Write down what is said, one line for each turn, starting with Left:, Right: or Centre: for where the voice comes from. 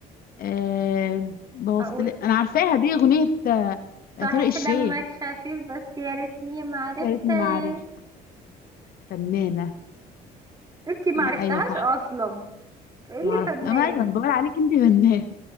Left: أه بوصل
Right: أقول
Left: انا عارفاها دي اغنيه آه،
Right: صحيح
Left: طارق الشيخ
Right: دمك خفيف بس يا ريتني معرفتك
Left: يا ريتني ما عرفت فنانه
Right: انتي معرفتهاش
Left: ايوه صح
Right: أصلا فإيه اللي
Left: انا ما عرفت
Right: فنان
Left: اما ايوه أنا بقول عليك انت فنانه